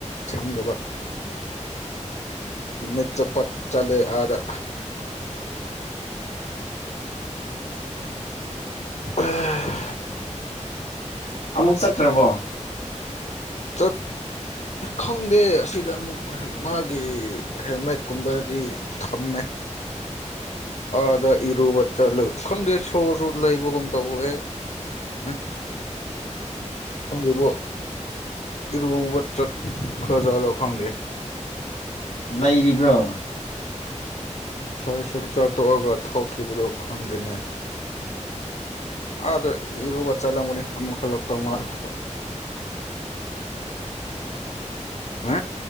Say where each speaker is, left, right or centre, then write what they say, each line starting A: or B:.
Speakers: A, on the left; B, on the left.
A: ꯁꯪꯗꯕ ꯅꯩ ꯆꯄꯠ ꯆꯂꯦ ꯑꯥꯗ ꯎꯝ
B: ꯑꯃꯨꯛ ꯆꯠꯈ꯭ꯔꯕꯣ
A: ꯇ ꯈꯪꯗꯦ ꯑꯁꯤꯗ ꯑꯃꯨꯛ ꯃꯥꯒꯤ ꯍꯦꯜꯃꯦꯠꯀꯨꯝꯕꯗꯤ ꯊꯝꯃꯦ ꯑꯥꯗ ꯏꯔꯨꯕ ꯆꯠꯂꯨ ꯈꯪꯗꯦ ꯁꯣꯔꯁꯨ ꯂꯩꯕꯒꯨꯝ ꯇꯧꯕ ꯑꯦ ꯍꯥ ꯈꯪꯗꯦꯕ ꯏꯔꯨꯕ ꯆꯠꯈ꯭ꯔ ꯆꯠꯂꯣ ꯈꯪꯗꯦ
B: ꯂꯩꯔꯤꯕ꯭ꯔꯣ
A: ꯉꯁꯥꯏ ꯑꯁꯨꯛ ꯆꯥꯊꯣꯛꯑꯒ ꯊꯣꯛꯈꯤꯕꯗꯨ ꯈꯪꯗꯅꯤ ꯑꯥꯗ ꯏꯔꯨꯕ ꯆꯠꯂꯝꯒꯅꯤ ꯑꯃꯨꯛ ꯍꯜꯂ ꯇꯧ ꯃꯥꯜꯂꯦ ꯎ